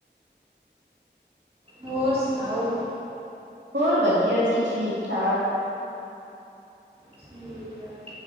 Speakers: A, on the right; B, on the right.
A: ਹੋਰ ਸੁਣਾਓ
B: ਹੋਰ ਵਧੀਆ ਜੀ ਠੀਕ ਠਾਕ
A: ਠੀਕ ਐ